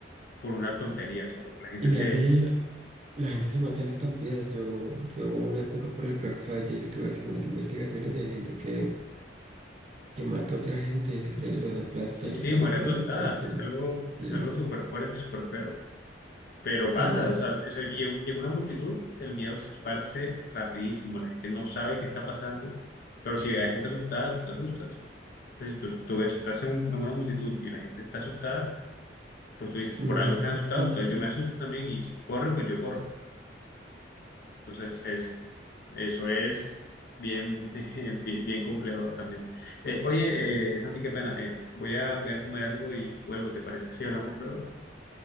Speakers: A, on the left (about 55°); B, on the right (about 35°).
A: por una tontería, o sea, porque la gente
B: Y mira
A: se,
B: que
A: se-
B: la gente se mata en estampidas. Yo, yo hubo una época por el Black Friday estuve haciendo unas investigaciones y hay gente que, que mata a otra gente, le- los aplasta,
A: sí, sí,
B: les pasa
A: muere
B: por,
A: aplastada.
B: e- por encima.
A: Es algo,
B: Sí,
A: es algo súper fuerte y súper feo. Pero
B: sí,
A: pasa,
B: no.
A: o sea, es- y en, y en una multitud el miedo se esparce rapidísimo. La gente no sabe qué está pasando, pero si ve a gente asustada, tú te asustas. Entonces, si tú, tú ves- estás en, un- en una multitud y la gente está asustada, pues tú dices,
B: Uno
A: por
B: se
A: algo
B: asusta,
A: están asustados,
B: sí,
A: entonces
B: sí.
A: yo me asusto también y si corre, pues yo corro. Entonces, es, eso es bien, <laughs> eh, bien, bien complejo también. Eh, oye, eh, Santi, qué pena. eh, voy a, voy a comer algo y vuelvo, ¿te parece si hablamos luego?